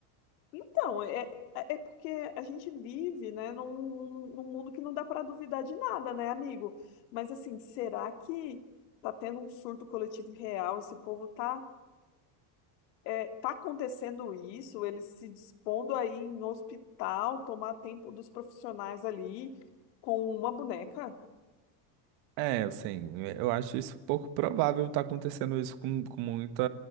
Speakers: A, on the left; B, on the right.
A: Então, é, é é porque a gente vive, né, num, num mundo que não dá para duvidar de nada, né, amigo? Mas assim, será que tá tendo um surto coletivo real? Esse povo tá, é, tá acontecendo isso? Eles se dispondo aí no hospital, tomar tempo dos profissionais ali com uma boneca?
B: É, assim, é, eu acho isso pouco provável estar acontecendo isso com, com muita,